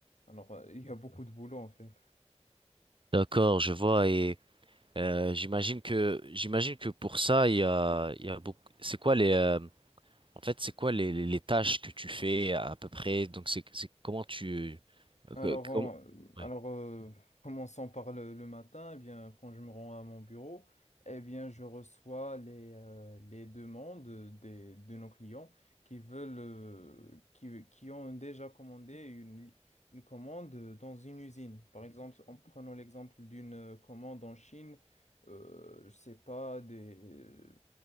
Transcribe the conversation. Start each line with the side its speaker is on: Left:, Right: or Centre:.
Left: Alors, euh, il y a beaucoup de boulot en fait.
Right: D'accord, je vois et euh, j'imagine que j'imagine que pour ça il y a il y a beaucoup c'est quoi les euh, en fait c'est quoi les, les les tâches que tu fais à peu près donc c'est c'est comment tu euh,
Left: Alors,
Right: que-
Left: en-
Right: comment ouais
Left: alors euh, commençons par le, le matin. Eh bien, quand je me rends à mon bureau, eh bien, je reçois les, euh, les demandes des- de nos clients qui veulent, euh, qui, qui ont déjà commandé une, une commande dans une usine. Par exemple, en prenant l'exemple d'une commande en Chine, euh, je sais pas, des, euh,